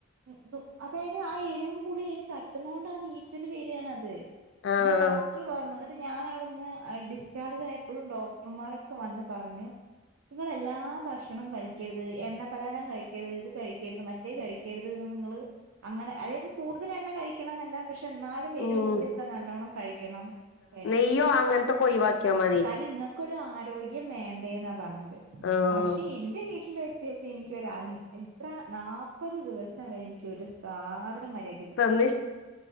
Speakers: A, on the right; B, on the left.
A: ഉം നു അതായത് ആ എരിവും പുളിയും അയിന് തട്ട്ണോണ്ട് ആ നീറ്റൽ വരാണത്.
B: ആഹ്
A: എൺ ഡോക്ടർ പർഞ്ഞു ഇന്നട്ട് ഞാൻ അവിടുന്ന് ഡിസ് ചാർജ് ആയപ്പഴും ഡോക്ടർമാരൊക്കെ വന്ന് പറഞ്ഞു ഇങ്ങൾ എല്ലാ ഭക്ഷണം കഴിക്കരുത് എണ്ണ പലഹാരം കഴിക്കരുത് ഇത് കഴിക്കരുത് മ റ്റത് കഴിക്കരുത് ന്ന് നിങ്ങൾ അങ്ങനെ അതായത് കൂടുതൽ എണ്ണ കഴിക്കണം ന്നല്ല പക്ഷെ എന്നാലും വെരുവും
B: ഉം
A: പുളിയും ഒക്കെ നല്ലോണം കഴിക്കണം ഹേ
B: യ്യോ അങ്ങൻത്തൊക്കൊയിവാക്കിയാ മ
A: കാരണം ഇങ്ങക്കൊരു ആരോഗ്യം വേണ്ടേെന്നാ പറഞ്ഞത്.
B: ആഹ്
A: പക്ഷെ ഇന്റെ വീട്ടിലെത്തിയ പ്പെനിക്കൊരാ അൻ എത്ര നാപത് ദിവസം വരെ എനിക്കൊരു സാധനും മര്യാ
B: തന്ന്